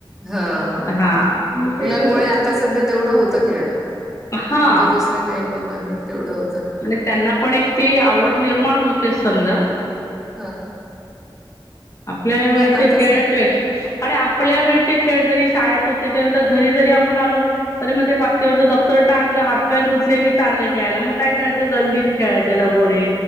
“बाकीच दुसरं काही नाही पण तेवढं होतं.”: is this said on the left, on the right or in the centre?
Centre